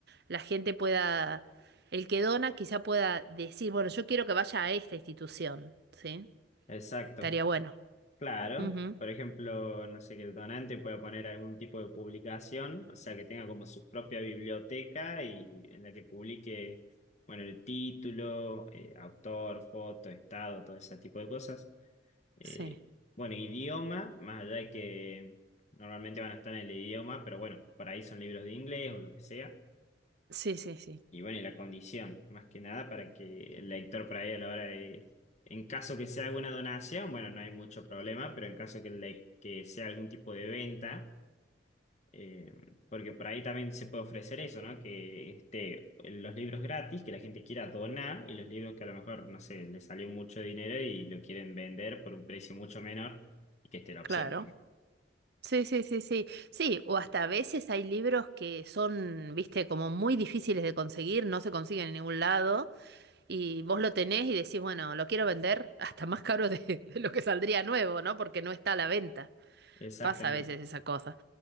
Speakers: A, on the right (about 60°); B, on the left (about 40°).
A: la gente pueda, el que dona quizá pueda decir, bueno, yo quiero que vaya a esta institución, ¿sí?
B: Exacto,
A: Estaría bueno.
B: claro.
A: Ujú.
B: Por ejemplo, no sé, que el donante pueda poner algún tipo de publicación, o sea, que tenga como su propia biblioteca y en la que publique, bueno, el título, eh, autor, foto, estado, todo ese tipo de cosas. Eh,
A: Sí.
B: bueno, idioma, más allá de que normalmente van a estar en el idioma, pero bueno, por ahí son libros de inglés o lo que sea.
A: Sí, sí, sí.
B: Y bueno, y la condición, más que nada, para que el lector por ahí a la hora de, en caso que sea alguna donación, bueno, no hay mucho problema, pero en caso que, le- que sea algún tipo de venta, eh, porque por ahí también se puede ofrecer eso, ¿no? Que esté los libros gratis, que la gente quiera donar y los libros que a lo mejor, no sé, le salió mucho dinero y lo quieren vender por un precio mucho menor y que esté la opción
A: Claro.
B: también.
A: Sí, sí, sí, sí. Sí, o hasta a veces hay libros que son, viste, como muy difíciles de conseguir, no se consiguen en ningún lado. y vos lo tenés y decís, bueno, lo quiero vender hasta más caro de, de lo que saldría nuevo, ¿no? Porque no está a la venta.
B: Exactamente.
A: Pasa a veces esa cosa.